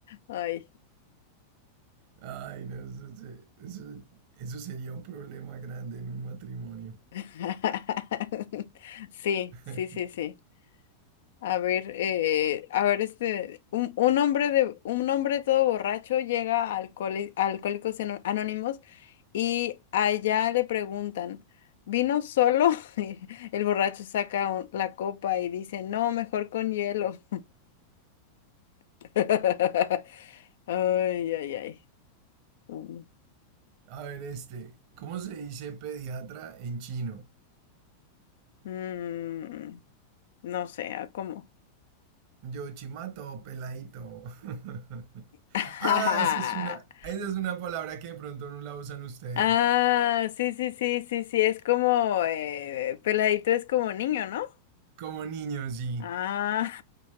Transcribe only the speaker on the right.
Ay, no, eso, se- eso- eso sería un problema grande en un matrimonio.
<laughs>
A ver, este, ¿cómo se dice pediatra en chino?
Yo chimato, peladito. <laughs>
Ah, esa es una, esa es una palabra que de pronto no la usan ustedes.
Como niños, sí.